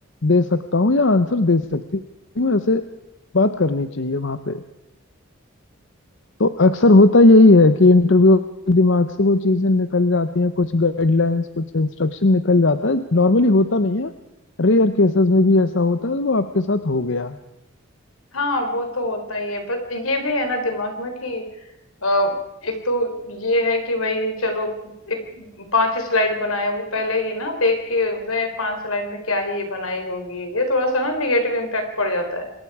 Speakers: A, on the left; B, on the left.
A: दे सकता हूँ या आंसर दे सकती हूँ ऐसे बात करनी चाहिए वहां पे तो अक्सर होता यही है कि इंटरव्यू दिमाग से वो चीजें निकल जाती हैं कुछ गाइडलाइंस कुछ इंस्ट्रक्शन निकल जाता है नॉर्मली होता नहीं है रेयर केसेस में भी ऐसा होता है वो आपके साथ हो गया
B: हाँ वो तो होता ही है बस ये भी है ना दिमाग में कि अ, एक तो ये है कि भाई चलो एक पांच ही स्लाइड बनाए वो पहले ही ना देख के वे पांच स्लाइड में क्या ही ये बनाई होगी ये थोड़ा सा ना निगेटिव इम्पैक्ट पड़ जाता है